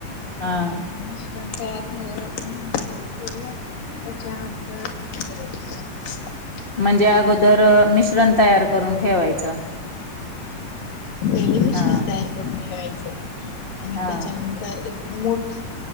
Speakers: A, on the left; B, on the left.
A: हा
B: तर मी तयार झाला आपण <inaudible> त्याचानंतर <inaudible>
A: म्हणजे अगोदर मिश्रण तयार करून ठेवायचं.
B: वेली मिशन
A: हा
B: तयार करून ठेवायचं. आणि
A: हा
B: त्याच्यानंतर एक मोठ